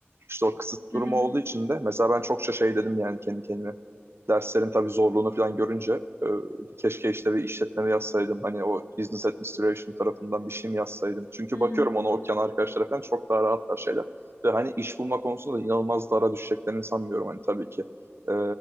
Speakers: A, on the right (about 65°); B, on the left (about 75°).
A: İşte o kısıt
B: hı
A: durumu
B: hı,
A: olduğu için de mesela ben çokça şey dedim yani kendi kendime derslerin tabii zorluğunu falan görünce e, keşke işte bir işletmemi yazsaydım. Hani o business administration tarafından bir şey mi yazsaydım? Çünkü
B: hı
A: bakıyorum
B: hı,
A: ona okuyan arkadaşlara falan çok daha rahatlar şeyler. Ve hani iş bulma konusunda da inanılmaz dara düşeceklerini sanmıyorum. Hani tabii ki e,